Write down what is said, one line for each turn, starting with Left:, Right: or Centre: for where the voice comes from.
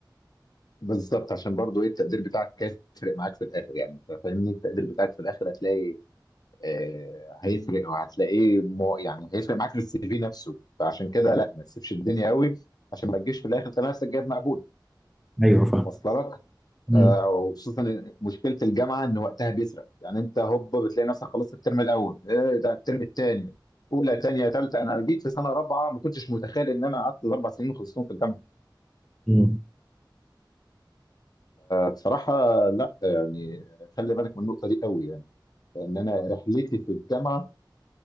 Left: بالظبط عشان برضه ايه التقدير بتاعك هيفرق معاك في الاخر يعني انت فاهمني التقدير بتاعك في الاخر هتلاقي آه هيفرق وهتلاقيه مو- يعني هيفرق معاك في السي في نفسه فعشان كده لا ما تسيبش الدنيا قوي عشان ما تجيش في الاخر تلاقي نفسك جايب مقبول
Centre: ايوه فاهم
Left: واصله لك
Centre: مم.
Left: آه، وخصوصا مشكله الجامعه ان وقتها بيسرق يعني انت هوب بتلاقي نفسك خلصت الترم الاول ايه ده الترم الثاني اولى ثانيه ثالثه انا جيت في سنه رابعه ما كنتش متخيل ان انا قعدت اربع سنين خلصتهم في الجامعه
Centre: مم.
Left: بصراحه لا يعني خلي بالك من النقطه دي قوي يعني لان انا رحلتي في الجامعه